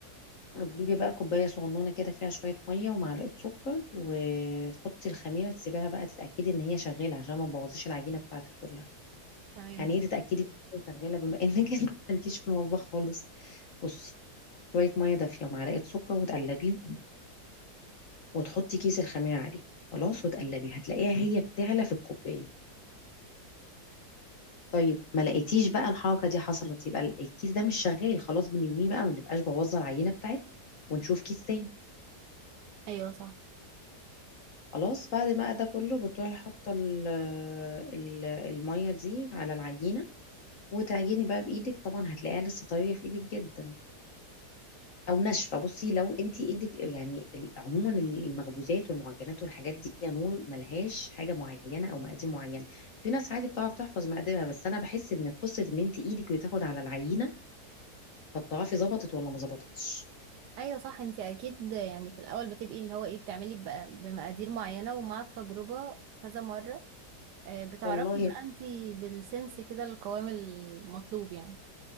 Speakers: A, on the left (about 55°); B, on the right (about 80°).
A: تجيبي بقى كوباية صغنونة كده فيها شوية مية ومعلقة سكر وتحطي الخميرة تسيبيها بقى تتأكدي إن هي شغالة عشان ما تبوظيش العجينة بتاعتك كلها
B: تمام
A: يعني إيه تتأكدي إن هي شغالة بما إنك <laughs> إنت مالكيش في المطبخ خالص بصي شوية مية دافية ومعلقة سكر وتقلبيهم وتحطي كيس الخميرة عليه خلاص وتقلبي هتلاقيها هي بتعلى في الكوباية طيب ما لقيتيش بقى الحركة دي حصلت يبقى الكيس ده مش شغال خلاص بنرميه بقى ما بنبقاش بوظنا العجينة بتاعتنا ونشوف كيس تاني
B: ايوه صح
A: خلاص بعد ما ده كله بتروحي حاطه ال- ال- الميه دي على العجينه وتعجني بقى بايدك طبعا هتلاقيها لسه طريه في ايدك جدا او ناشفه بصي لو انت ايدك يعني ال- عموما المخبوزات والمعجنات والحاجات دي يا نور ملهاش حاجه معينه او مقادير معينه في ناس عادي بتعرف تحفظ مقاديرها بس انا بحس ان قصه ان انت ايدك بتاخد على العينه فبتعرفي ظبطت ولا ما ظبطتش
B: ايوه صح انت اكيد يعني في الاول بتبقي اللي هو ايه بتعملي بقى بمقادير معينه ومع التجربه كذا مره آه، بتعرفي
A: والله
B: بقى انت بالسنس كده القوام المطلوب يعني